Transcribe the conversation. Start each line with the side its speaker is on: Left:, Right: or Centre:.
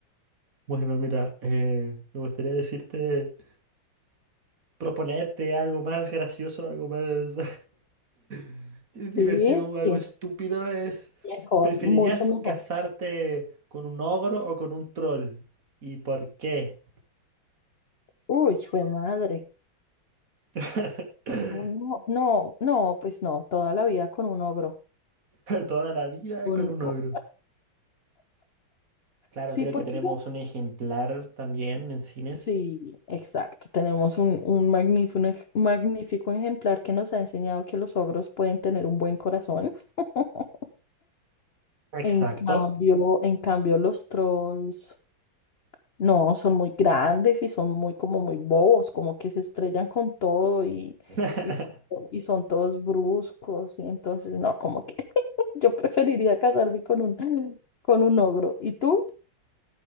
Right: Bueno, mira, eh, me gustaría decirte, proponerte algo más gracioso, algo más <laughs> divertido,
Left: Sí,
Right: algo
Left: sí.
Right: estúpido es,
Left: Mejor,
Right: ¿preferirías
Left: mucho mejor.
Right: casarte con un ogro o con un troll? ¿Y por qué?
Left: Uy, fue madre.
Right: <laughs>
Left: No, no, no, no, pues no, toda la vida con un ogro.
Right: Toda la vida
Left: Con-
Right: con un
Left: con-
Right: ogro. Claro,
Left: sí,
Right: creo
Left: porque
Right: que tenemos
Left: los
Right: un ejemplar también en cines.
Left: Sí, exacto. Tenemos un, un magnífico, un ej- magnífico ejemplar que nos ha enseñado que los ogros pueden tener un buen corazón. <laughs>
Right: Exacto.
Left: En cambio, en cambio, los trolls no son muy grandes y son muy como muy bobos, como que se estrellan con todo y,
Right: <laughs>
Left: y son, to- y son todos bruscos. Y entonces, no, como que <laughs> yo preferiría casarme con un, con un ogro. ¿Y tú?